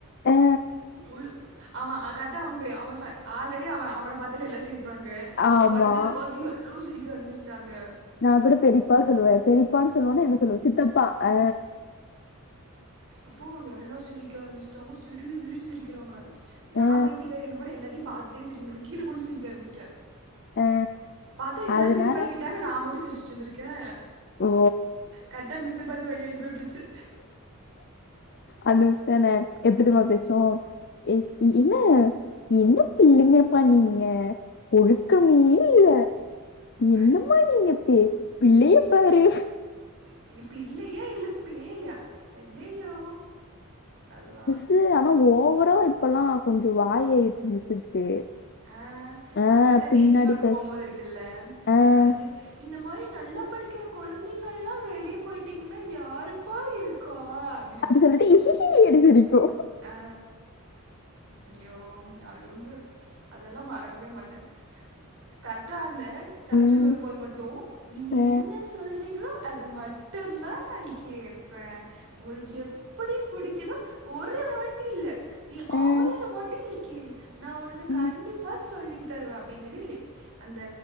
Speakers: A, on the left; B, on the right.
A: ஆ
B: உள் அவ அ கர்ட்டா அவ பெ அவன் சை ஆல்ரெடி அவ அவன பத்தாலே எல்லா சிரிப்பாங்க அவ
A: ஆமா
B: படிச்சது பாத்து எல் லு சிரிக்க ஆரமிச்சிட்டாங்க
A: நா கூட பெரிப்பா சொல்லுவ பெரிப்பான்னு சொல்லுவேன்னா என்ன சொல்லுவே சித்தப்பா அ
B: அப்போ எல்லா சிரிக்க ஆரம்பிச்டாங்க சிரி சிரினு சிரிக்கிறாங்க நா
A: ஆ
B: பைத்தியகாரி என்னமோ நா எல்லாத்தையு பாத்துட்டே சிரிக்கணுனு கீழ குனுஞ்சி சிரிக்க ஆரம்பிச்ட்ட
A: ஆ
B: பாத்தா எல்லாரு
A: அதனால
B: சிரிப்படக்கிட்டாங்க நா மட்டு சிரிச்சிட்டு இருந்திருக்கே
A: ஓ
B: கர்ட்டா மிஸ் பாத்து வெளிய அனுப்பி உட்ருச்சு
A: அந்த மிஸ் தானே எப்டி தெரிமா பேசு ஏ இ என்ன என்ன பிள்ளைங்கப்பா நீங்க ஒழுக்கமே இல்ல என்னம்மா
B: ஐ,
A: நீங்க பே பிள்ளைய பாரு
B: நீங்கெ பிள்ளையா இல்ல பேயா ஐயயோ அல்லா
A: து ஆனா ஓவரா இப்பல்லா கொஞ்சொ வாய் ஆயிர்ச்சு மிஸ்ஸுக்கு
B: அ
A: ஆ
B: நா கரட்டா
A: பின்னாடி
B: டி சி வாங்க
A: பேச
B: போம்போது இருக்குல்ல
A: ஆ
B: என்ன வந்துட்டு இந்த மாரி நல்லா படிக்கிற கொழந்தைங்கள்லா வெளிய பொயிட்டிங்கன்னா யாருப்பா இருக் கா அப்டி
A: அப்டி சொல்லிட்டு இஹிஹி அப்டி சிரிக்கு
B: அ ஐயோ அழும்பு அதெல்லா மறக்கவே மாட்டே கரெட்டா அந்த செலெக்ஷன்
A: ம்,
B: வரும்போது மட்டு நீங்க
A: அஹ்,
B: என்ன சொல்றீங்களோ அத மட்டுந் தா நா கேட்பே உங்களுக்கு எப்புடி புடிக்குதோ ஒரு வாட்டி இல்ல நீ
A: அஹ்,
B: ஆயர வாட்டி நீ கேள் நா ஒனக்கு
A: ம்.
B: கண்டிப்பா சொல்லி தருவே அப்டின்னு லீலே அந்த